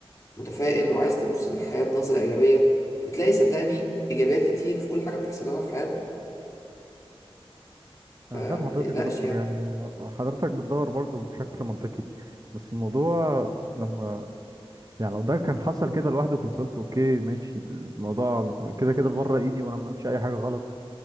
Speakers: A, on the left; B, on the right.
A: متفائل وعايز تبص للحياة بنظرة إيجابية هتلاقي صدقني إيجابيات كتير في كل حاجة بتحصل لنا في حياتنا فما
B: انا فاهم حضرتك
A: تقلقش
B: يا دكتور
A: يعني
B: يعني حضرتك بتدور برضه بشكل منطقي بس الموضوع لما يعني لو ده كان حصل كده لوحده كنت قلت اوكي ماشي الموضوع كده كده بره ايدي وانا ما عملتش اي حاجة غلط